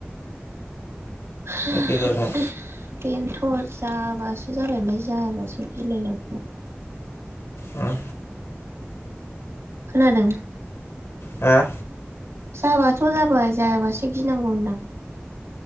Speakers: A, on the right; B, on the left.
A: हो
B: एखे जागोन
A: ओम बेनोथ' जाबासो जाबाय ओमफ्राय जायाबासो गिलायलाङो।
B: ओम
A: खोनादों?
B: हा?
A: जाबाथ' जाबाय जायाबासो गिनांगौ होनदां।